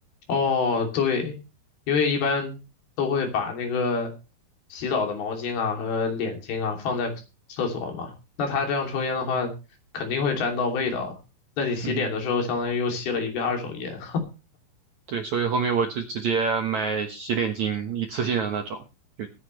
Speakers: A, on the left; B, on the right.
A: 哦，对，因为一般都会把那个洗澡的毛巾啊和脸巾啊放在厕所嘛，那他这样抽烟的话，肯定会沾到味道。那你洗脸的时候，
B: 嗯，
A: 相当于又吸了一遍二手烟。
B: 对，所以后面我就直接买洗脸巾，一次性的那种，就